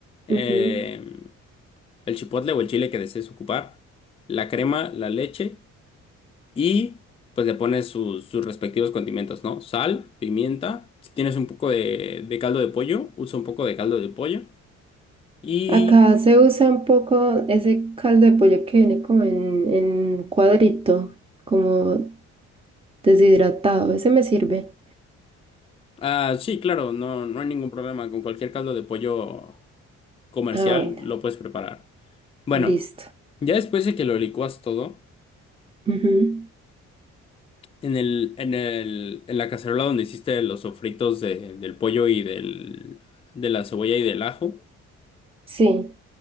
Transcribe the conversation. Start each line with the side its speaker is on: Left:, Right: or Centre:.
Left: eh,
Right: Ujú.
Left: el chipotle o el chile que desees ocupar, la crema, la leche y pues le pones sus, sus respectivos condimentos, ¿no? Sal, pimienta, si tienes un poco de, de caldo de pollo, usa un poco de caldo de pollo y...
Right: Acá se usa un poco ese caldo de pollo que viene como en, en cuadrito, como deshidratado. Ese me sirve.
Left: Ah, sí, claro, no, no hay ningún problema. Con cualquier caldo de pollo comercial
Right: Ah, bueno,
Left: lo puedes preparar. Bueno,
Right: listo.
Left: ya después de que lo licuas todo,
Right: Ujú,
Left: En el, en el, en la cacerola donde hiciste los sofritos de- del pollo y del, de la cebolla y del ajo,
Right: Sí.